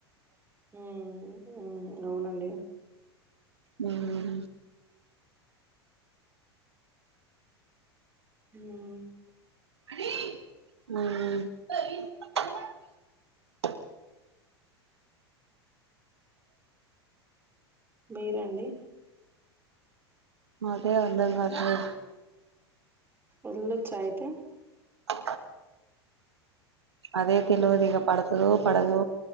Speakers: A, on the right; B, on the right.
A: మ్మ్ మ్మ్ హ్ అవునండి
B: మ్మ్ హ్హ్
A: మ్మ్ హ్హ్
B: ఆ
A: మీరండి
B: అదే అంర్థం కాట్లేదు
A: వెళ్లొచ్చా అయితే
B: అ అదే తెలువదు ఇగ పడుతదో పడదో